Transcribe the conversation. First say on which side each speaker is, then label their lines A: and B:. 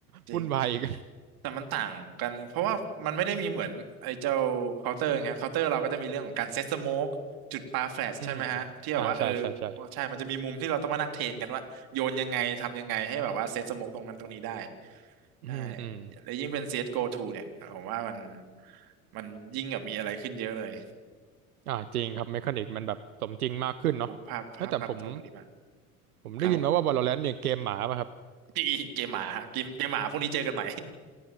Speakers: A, on the right; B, on the right.
A: จริง
B: <laughs> วุ่นวายอีก
A: แต่มันต่างกันเพราะว่ามันไม่ได้มีเหมือนไอ้เจ้าเคาน์เตอร์ไงเคาน์เตอร์เราก็จะมีเรื่องของการเซตสโมกจุดปาแฟลชใช่ไหมฮะที่แบบว่าเออ
B: <laughs> อืมอ่าใช่ใช่ใช่
A: ใช่มันจะมีมุมที่เราต้องมานั่งเทรนกันว่าโยนยังไงทำยังไงให้แบบว่าเซตสโมกตรงนั้นตรงนี้ได้
B: อืมอืม
A: ใช่แล้วยิ่งเป็น CSGO ูเนี่ยผมว่ามันมันยิ่งแบบมีอะไรขึ้นเยอะเลย
B: อ่าจริงครับเมคานิกมันแบบสมจริงมากขึ้นเนาะเอ้ยแต่ผม
A: โอ้ภาพภาพภาพภาพดูดีมาก
B: ผมได้ยินมาว่า
A: ครับผม
B: Valorant เนี่ยเกมหมาป่ะครับ
A: <laughs> เกมหมาฮะเกมเกมหมาพรุ่งนี้เจอกันใหม่